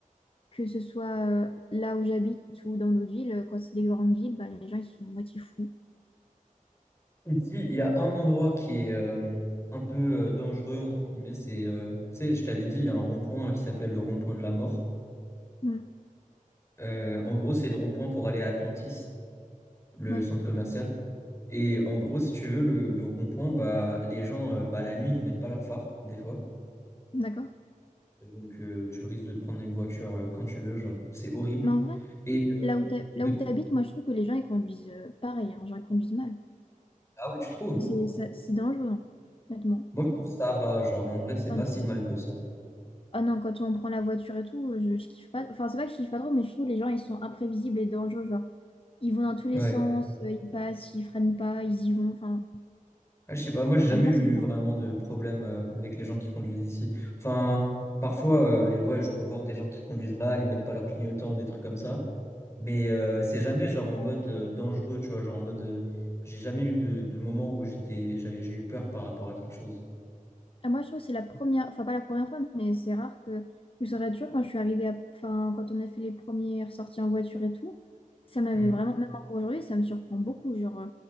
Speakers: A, on the left; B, on the left.
A: que ce soit euh, là où j'habite ou dans notre ville, quand c'est des grandes villes, bah, les gens ils sont moitié fous.
B: Ici, il y a un endroit qui est euh, un peu euh, dangereux entre guillemets, c'est euh, tu sais, je t'avais dit, il y a un rond-point qui s'appelle le rond-point de la mort.
A: Hmm,
B: Euh, en gros, c'est le rond-point pour aller à Atlantis, le
A: Ouais,
B: centre commercial. Et en gros, si tu veux, le, le rond-point, bah, les gens, euh, bah, la nuit, ils mettent pas leur phare, des fois.
A: d'accord.
B: Euh, Donc, euh, tu risques de te prendre une voiture euh, quand tu veux, genre. C'est horrible.
A: Mais en vrai,
B: Et, euh,
A: Là où t'ha- là
B: de quoi
A: où t'habites, moi je trouve que les gens ils conduisent euh, pareil, hein, genre ils conduisent mal.
B: Ah ouais, tu trouves?
A: C'est ça- c'est dangereux, hein, honnêtement.
B: Moi, je trouve que ça va, genre. En vrai, c'est
A: Ah
B: pas
A: non.
B: si mal que ça.
A: Ah non, quand on prend la voiture et tout, euh, je, je kiffe pas. Enfin, c'est pas que je kiffe pas trop, mais je trouve que les gens ils sont imprévisibles et dangereux. Genre, ils vont dans tous les
B: Ouais.
A: sens, euh, ils passent, ils freinent pas, ils y vont. Enfin,
B: Ah, je sais pas, moi, j'ai jamais
A: honnêtement,
B: eu
A: c'est pareil.
B: vraiment de problème euh, avec les gens qui conduisent ici. Enfin, parfois, euh, ouais, je peux voir des gens qui conduisent mal, ils mettent pas leur clignotant, des trucs comme ça. Mais euh, c'est jamais genre en mode euh, dangereux, tu vois, genre en mode euh, j'ai jamais eu de, de moment où j'étais j'ai j'ai eu peur par rapport à quelque chose.
A: Ah, Moi, je trouve que c'est la première, enfin pas la première fois, mais c'est rare que je me souviens toujours quand je suis arrivée à, enfin, quand on a fait les premières sorties en voiture et tout, ça m'avait
B: Mm.
A: vraiment, même encore aujourd'hui, ça me surprend beaucoup. Genre, euh,